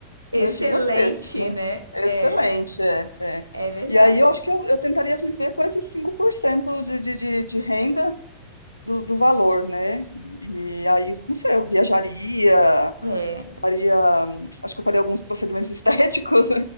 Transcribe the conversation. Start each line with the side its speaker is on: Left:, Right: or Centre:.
Right: Excelente,
Left: né, gigantesco, né?
Right: né?
Left: Excelente,
Right: É.
Left: é, é.
Right: É verdade.
Left: E aí eu acho que eu, eu tentaria viver com esses 5% de, de, de, de renda do, do valor, né? E, e aí, não sei, eu viajaria,
Right: É.
Left: Faria, hum, acho que eu faria alguns procedimentos <laughs> estéticos,